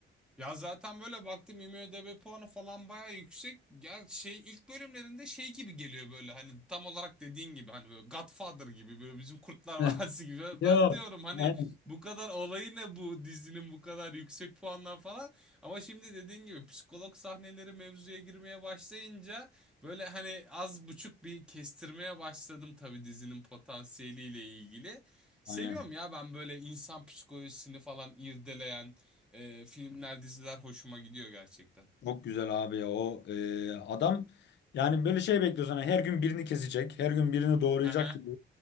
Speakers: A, in the centre; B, on the left.
A: Ya zaten böyle baktım IMDb puanı falan bayağı yüksek. Ya şey ilk bölümlerinde şey gibi geliyor böyle hani tam olarak dediğin gibi hani böyle Godfather gibi böyle bizim Kurtlar <laughs> Vadisi
B: Heh.
A: gibi.
B: Yo.
A: Ben diyorum hani
B: Aynen.
A: bu kadar olayı ne bu dizinin bu kadar yüksek puanlar falan. Ama şimdi dediğin gibi psikolog sahneleri mevzuya girmeye başlayınca böyle hani az buçuk bir kestirmeye başladım tabii dizinin potansiyeliyle ilgili. Seviyorum
B: Aynen.
A: ya ben böyle insan psikolojisini falan irdeleyen ee, filmler, diziler hoşuma gidiyor gerçekten.
B: Çok güzel abi ya. O e, adam yani böyle şey bekliyorsun. Hani her gün birini kesecek. Her gün birini doğrayacak
A: Hı hı.
B: gibi.